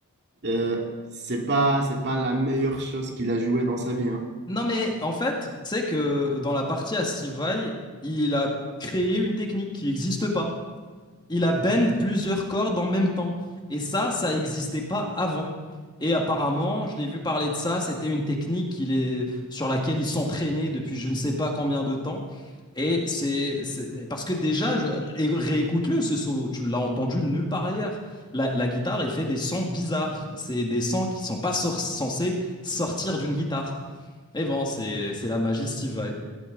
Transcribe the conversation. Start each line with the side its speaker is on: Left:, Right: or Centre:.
Right: euh, c'est pas, c'est pas la meilleure chose qu'il a jouée dans sa vie, hein.
Left: Non, mais en fait, tu sais que dans la partie à Steve Vai, il a créé une technique qui n'existe pas. il a bend plusieurs cordes en même temps. Et ça, ça n'existait pas avant. Et apparemment, je l'ai vu parler de ça, c'était une technique qu'il est, sur laquelle il s'entraînait depuis je ne sais pas combien de temps. Et c'est c'est- parce que déjà, je- et réécoute-le ce solo, tu l'as entendu nulle part ailleurs. La, la guitare, elle fait des sons bizarres, c'est des sons qui sont pas sor- censés sortir d'une guitare. Mais bon, c'est c'est la magie Steve Vai.